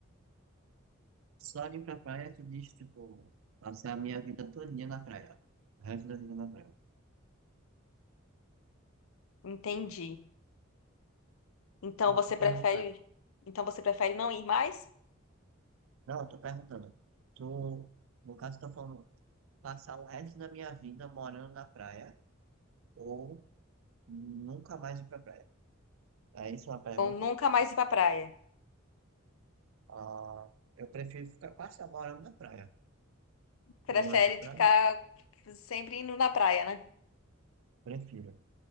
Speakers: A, on the right (about 75°); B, on the left (about 80°).
A: Só de ir pra praia, tu diz, tipo, passar a minha vida todinha na praia. O resto da vida na praia.
B: Entendi. Então
A: Não,
B: você
A: eu tô perguntando.
B: prefere, então você prefere não ir mais
A: Não, eu tô perguntando. Tu, no caso, tá falando passar o resto da minha vida morando na praia ou nunca mais ir pra praia. É isso a pergunta?
B: ou nunca mais ir pra praia?
A: Ah, eu prefiro ficar passar morando na praia.
B: Prefere
A: Eu gosto de praia,
B: ficar sempre indo na praia, né?
A: prefiro.